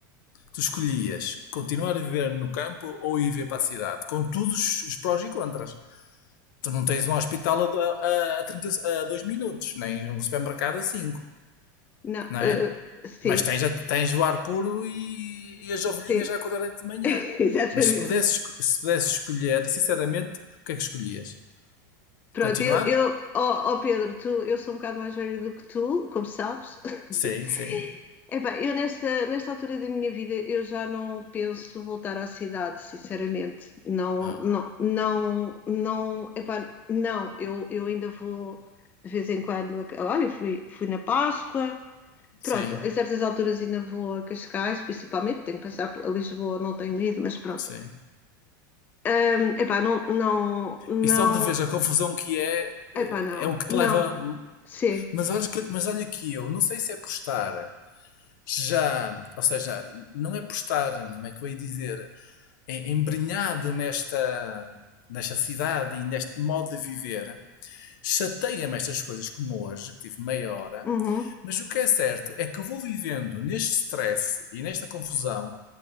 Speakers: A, on the left; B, on the left.
A: tu escolhias continuar a viver no campo ou ir ver para a cidade, com todos os prós e contras. Tu não tens um hospital a, a, a 30 a 2 minutos, nem um supermercado a 5,
B: Não,
A: não é?
B: eh, sim,
A: Mas tens, a- tens o ar puro e, e as ovelhinhas
B: sim,
A: a acordarem de manhã.
B: <laughs> exatamente.
A: Mas se pudesses, esco- se pudesses escolher, sinceramente, o que é que escolhias?
B: Pronto,
A: Continuar?
B: eu, eu ó, ó Pedro, tu, eu sou um bocado mais velha do que tu, como sabes. <laughs>
A: Sim, sim.
B: Epá, eu nesta, nesta altura da minha vida eu já não penso voltar à cidade, sinceramente. Não,
A: Ah,
B: não, não, não, epá, não, eu, eu ainda vou de vez em quando. a- Olha, fui, fui na Páscoa,
A: sim,
B: pronto, em certas alturas ainda vou a Cascais, principalmente, tenho que passar por a Lisboa, não tenho ido, mas pronto.
A: sim.
B: Hum, epá, não, não, não,
A: E só de vez a confusão que é, eh,
B: epá, não,
A: é o que te
B: não.
A: leva.
B: Sim.
A: Mas olha, que- mas olha que eu, não sei se é por estar já, ou seja, não é por estar, como é que eu ia dizer, em- embrenhado nesta, nesta cidade e neste modo de viver, chateia-me estas coisas como hoje, que tive meia hora,
B: Uhum,
A: mas o que é certo é que eu vou vivendo neste stress e nesta confusão